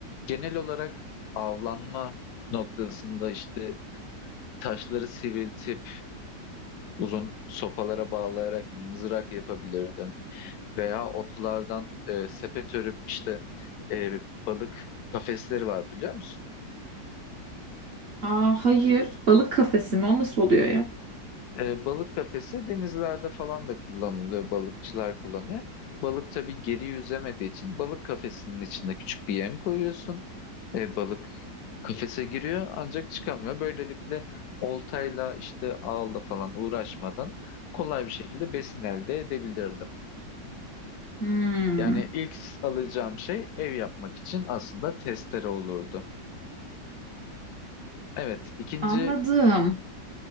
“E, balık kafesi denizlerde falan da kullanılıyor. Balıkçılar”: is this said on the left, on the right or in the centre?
Left